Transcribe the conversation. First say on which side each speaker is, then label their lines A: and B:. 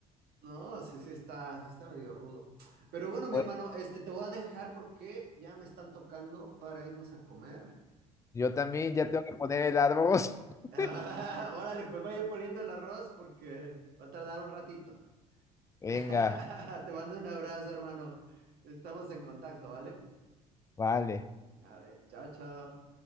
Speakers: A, on the right; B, on the left.
A: No, sí, sí está, sí está medio rudo. Pero bueno, mi
B: Bueno,
A: hermano, este, te voy a dejar porque ya me están tocando para irnos a comer.
B: yo también ya tengo que poner el arroz. <laughs>
A: Ah, <laughs> Órale, pues vaya poniendo el arroz porque va a tardar un ratito.
B: Venga.
A: <laughs> Te mando un abrazo, hermano. Estamos en contacto, ¿vale?
B: Vale.
A: Vale, chao, chao.